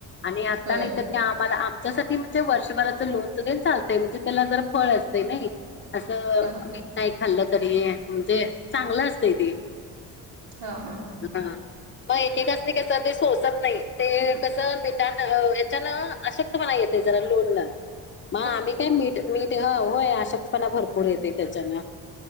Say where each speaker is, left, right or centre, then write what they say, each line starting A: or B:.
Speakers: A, on the left; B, on the right.
A: आणि आता
B: होय
A: नाही तर ते आम्हाला आमच्यासाठी म्हणजे वर्षभराच लोन ज चालतंय म्हणजे त्याला जरा फळ नाही असं
B: हा हा
A: मीठ नाही खाल्लं तरी म्हणजे चांगलं असतय ते.
B: हां हां.
A: हा‌. मग एकेकास नाही कस ते सोसत नाही ते कस मिट हच्यान आशक्तपणा येत. त्या जरा लोन न.
B: <inaudible>
A: मग आम्ही काय मीट मीट होय आशक्तपणा भरपूर येतेय त्याच्यान.